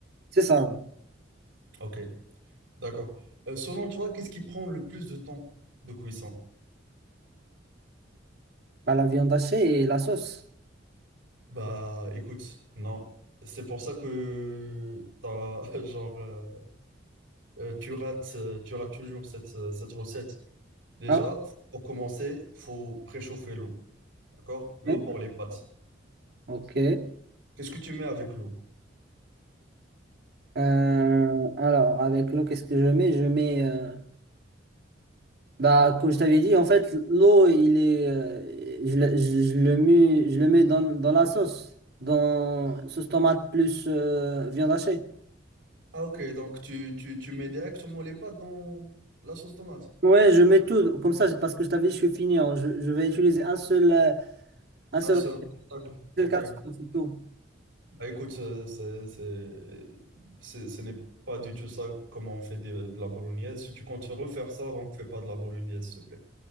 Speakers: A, on the right (about 55°); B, on the right (about 80°).
A: C'est ça. Ouais.
B: Ok, d'accord. Euh, selon toi, qu'est-ce qui prend le plus de temps de cuisson?
A: Bah, la viande hachée et la sauce.
B: Bah, écoute, non. C'est pour ça que t'as, <laughs> genre, euh, euh, tu rates, euh, tu rates toujours cette, euh, cette recette. Déjà,
A: Ah,
B: pour commencer, faut préchauffer l'eau, d'accord? L'eau
A: ouais,
B: pour les pâtes.
A: ok. Ok.
B: Qu'est-ce que tu mets avec l'eau?
A: Euh, alors, avec l'eau, qu'est-ce que je mets? Je mets, euh, bah, comme je t'avais dit, en fait, l'eau, il est, euh, je, le je- je le mets, je le mets dans, dans la sauce, dans sauce tomate plus euh, viande hachée.
B: Ah, ok, donc tu, tu, tu mets directement les pâtes dans la sauce tomate.
A: Ouais, je mets tout. Comme ça, c'est parce que je t'avais dit, je suis fini. hein. Je, je vais utiliser un seul, euh, un seul,
B: Un seul obstacle. Ok.
A: seul carton, c'est tout.
B: Bah écoute, c'est, c'est, c'est- c'est- ce n'est pas du tout ça comment on fait des- de, la bolognaise. Si tu comptes refaire ça, donc fais pas de la bolognaise, s'il te plaît.